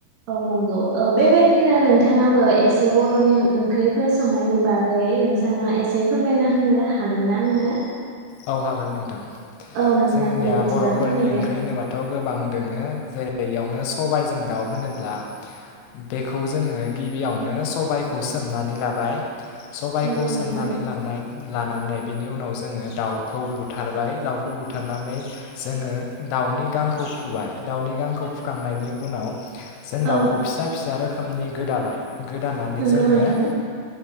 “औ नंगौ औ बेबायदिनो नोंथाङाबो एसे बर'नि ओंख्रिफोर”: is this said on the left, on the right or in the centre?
Right